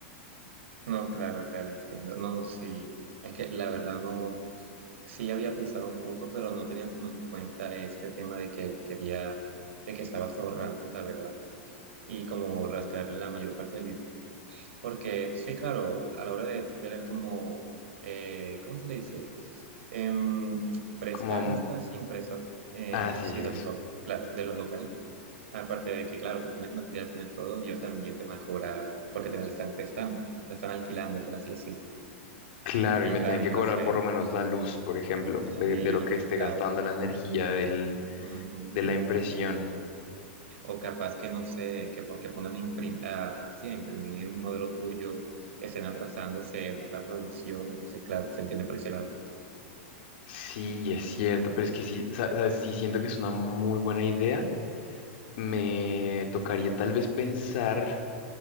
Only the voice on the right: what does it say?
No, claro, claro, entiendo. No, sí. Es que la verdad no, sí había pensado un poco, pero no tenía como en cuenta este tema de que querías, de que estabas ahorrando, la verdad, y como rascar la mayor parte del dinero. Porque sí, claro, a la hora de tú querer como, eh, ¿cómo se le dice? Em, prestar
estas impresoras, eh,
sí,
de
los, lo- claro, de los locales. Aparte de que, claro, tú pones material, pones todo, ellos también te van a cobrar porque te la están prestando, te la están alquilando, por así decirlo.
Y
claro,
entonces,
sí,
claro.
Ujú.
O capaz que no sé, que porque pongan a, imprim- a- sí, a imprimir un modelo tuyo, estén trazándose en otra producción, entonces, claro, se entiende por ese lado.